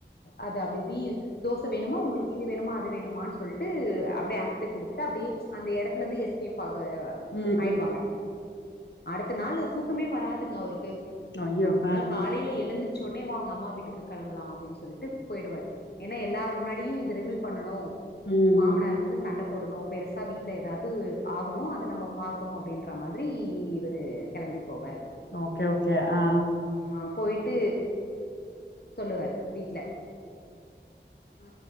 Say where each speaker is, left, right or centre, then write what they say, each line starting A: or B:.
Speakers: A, on the left; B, on the left.
A: அத அப்டிஇப்டி தோச வேணுமா உங்ளுக்கு இது வேணுமா அது வேணுமாண் சொல்ட்டு அப்டே அக்ட்டு குடுதுடு அப்டியே அந்த இடத்துல இருந்து எஸ்கேப் ஆ <unintelligible>
B: ம்,
A: ஆயிடுவாங்க
B: ம்.
A: அடுத்த நாளு தூக்கமே வராதுங்க அவுருக்கு
B: ஐயோ!
A: அடுத்தநாள்
B: ஆ.
A: காலையில எழுந்துட் சொன்னே வாங்க அம்மா வீட்டுக்கு கெளம்பலா அப்டின்னு சொல்டு போயிடுவாரு என்ன எல்லாரும் முன்னாடியும் இத ரிவல் பண்ணனும்
B: ம்,
A: மாமனார்
B: ம்.
A: வந்து சண்ட போடணோ பெருசா வீட்ல ஏதாவது ஆகணோ அத நம்ம பாக்கணோ அப்டின் பாக்குற மாதிரி இவரு கெளம்பி போவாரு
B: ஓகே ஓகே ஆ
A: ஆ போயிட்டு சொல்லுவாரு வீட்ல அ